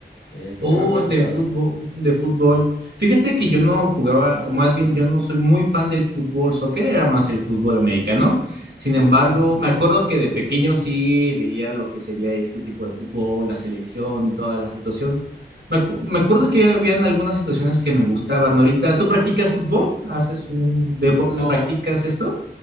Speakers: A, on the left; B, on the right.
A: Eh, ¿tú
B: Oh,
A: qué me cuentas?
B: de fútbol, de fútbol. Fíjate que yo no jugaba, o más bien yo no soy muy fan del fútbol soccer, era más el fútbol americano. Sin
A: Sí.
B: embargo, me acuerdo que de pequeño sí veía lo que sería este tipo de fútbol, la selección y toda la situación. Me, acu- me acuerdo que habían algunas situaciones que me gustaban. Ahorita, ¿tú practicas fútbol? ¿Haces un deporte?
A: No.
B: ¿Practicas esto?